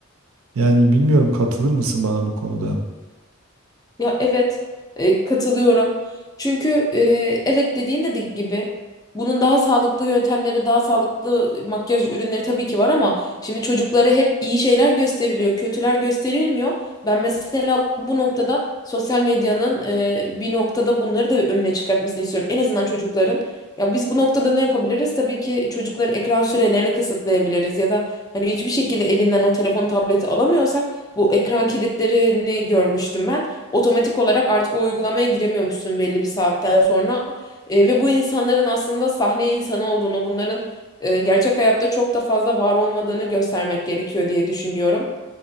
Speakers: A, on the right (about 70°); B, on the left (about 15°).
A: Yani bilmiyorum katılır mısın bana bu konuda?
B: Ya evet e, katılıyorum. Çünkü e, evet dediğin de gibi bunun daha sağlıklı yöntemleri, daha sağlıklı makyaj ürünleri tabii ki var ama şimdi çocuklara hep iyi şeyler gösteriliyor, kötüler gösterilmiyor. Ben mesela bu noktada sosyal medyanın e, bir noktada bunları da önüne çıkartmasını istiyorum. En azından çocukların. Ya biz bu noktada ne yapabiliriz? Tabii ki çocukların ekran sürelerini kısıtlayabiliriz ya da hani hiçbir şekilde elinden o telefon, tableti alamıyorsak bu ekran kilitlerini görmüştüm ben otomatik olarak artık o uygulamaya giremiyormuşsun belli bir saatten sonra. E, ve bu insanların aslında sahne insanı olduğunu, bunların e, gerçek hayatta çok da fazla var olmadığını göstermek gerekiyor diye düşünüyorum.